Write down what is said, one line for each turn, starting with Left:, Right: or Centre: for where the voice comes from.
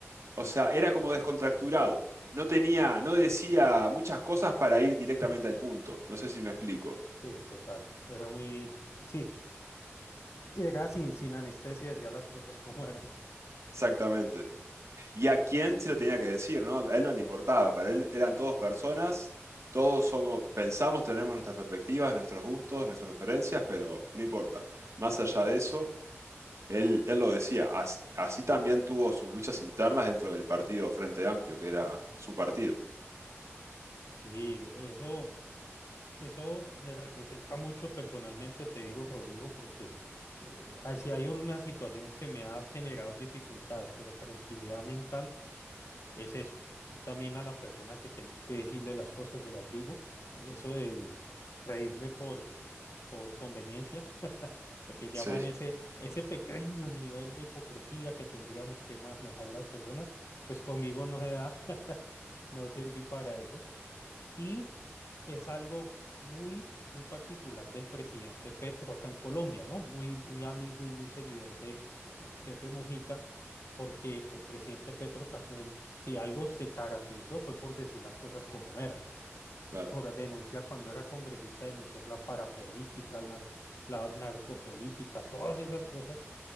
Right: o sea, era como descontracturado. No tenía, no decía muchas cosas para ir directamente al punto. No sé si me explico.
Left: Sí, total. Era muy, sí. Era sin, sin anestesia, decía las cosas como eran.
Right: Exactamente. y a quién se lo tenía que decir, ¿no? A él no le importaba, para él eran todos personas, todos somos, pensamos, tenemos nuestras perspectivas, nuestros gustos, nuestras preferencias, pero no importa. Más allá de eso, él, él lo decía, as- así también tuvo sus luchas internas dentro del partido Frente Amplio, que era su partido.
Left: Sí, eso, Eso me representa mucho personalmente, te digo, Rodrigo, porque eh, ah, si hay una situación que me ha generado dificultades, pero tranquilidad mental es eso. Yo también a la persona que tengo que decirle las cosas se las digo. Eso del reírme por, por conveniencia, lo que llaman
Right: Sí,
Left: ese, ese pequeño nivel de hipocresía que tendríamos que manejar las personas, pues conmigo no se da, <laughs> no serví para eso. Y es algo muy, muy particular del presidente Petro acá en Colombia, ¿no? Muy, muy amigo y muy seguidor de, de Pepe Mujica, porque el presidente Petro también, si algo se caracterizó, fue por decir las cosas como eran,
Right: claro,
Left: por denunciar cuando era congresista, denunciar la parapolítica, el narco- la narcopolítica, todas esas cosas.